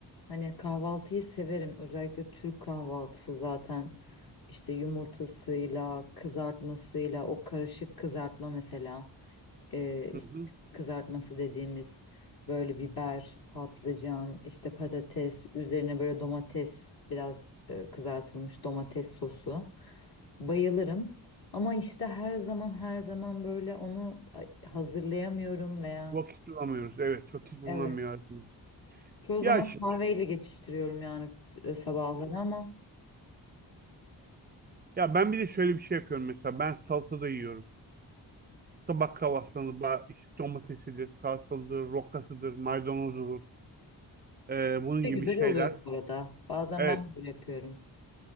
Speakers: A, on the left; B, on the right.
A: hani kahvaltıyı severim. Özellikle Türk kahvaltısı zaten işte yumurtasıyla, kızartmasıyla, o karışık kızartma mesela. Ee, işte
B: Hı hı.
A: kızartması dediğimiz böyle biber, patlıcan, işte patates, üzerine böyle domates, biraz e, kızartılmış domates sosu. Bayılırım. Ama işte her zaman her zaman böyle onu ay- hazırlayamıyorum veya
B: Vakit bulamıyoruz. Evet, vakit bulunamıyor.
A: evet.
B: aslında.
A: Çoğu
B: Ya
A: zaman
B: şimdi,
A: kahveyle geçiştiriyorum yani s- e, sabahları ama
B: ya ben bir de şöyle bir şey yapıyorum mesela. Ben salata da yiyorum. Sabah kahvaltısında ba- işte domatesidir, salatalıdır, rokasıdır, maydanozudur. Ee, bunun
A: ne
B: gibi
A: güzel
B: şeyler.
A: oluyor bu arada. Bazen
B: Evet,
A: ben böyle yapıyorum.